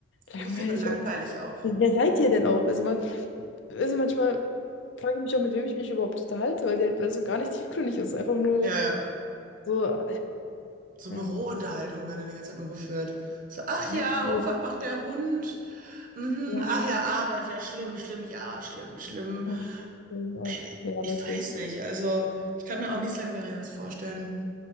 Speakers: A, on the left; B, on the right.
A: langweilig.
B: Unfähig und langweilig auch.
A: Und wer seid ihr denn auch? Also man, also manchmal frage ich mich auch, mit wem ich mich überhaupt unterhalte, weil die halt, weil es so gar nicht tiefgründig ist. Einfach nur
B: Ja, ja.
A: so, ja,
B: so
A: ja.
B: Bürounterhaltungen werden dann die ganze Zeit nur geführt. So, ach
A: Ja,
B: ja,
A: cool.
B: Unfall macht der Hund. Mhm,
A: ja,
B: ach ja, Arbeit, ja, schlimm, schlimm, ja, schlimm, schlimm.
A: oh, shit, oh,
B: Äh,
A: ja,
B: Ich
A: wirklich.
B: weiß nicht, also ich kann mir auch nichts Langweiliges vorstellen.